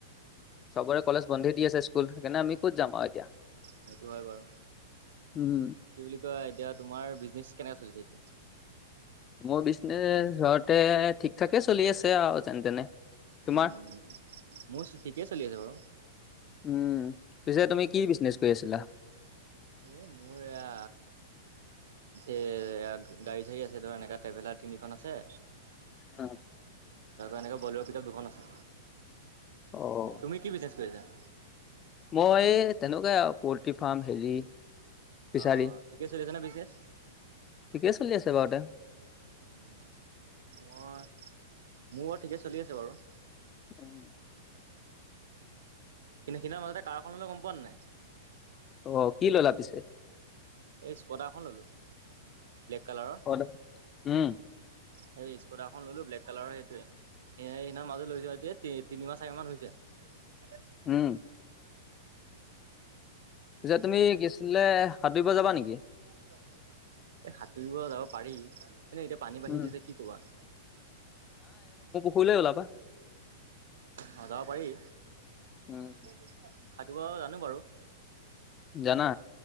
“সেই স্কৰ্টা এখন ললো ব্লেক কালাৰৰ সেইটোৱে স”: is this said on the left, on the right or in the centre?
Right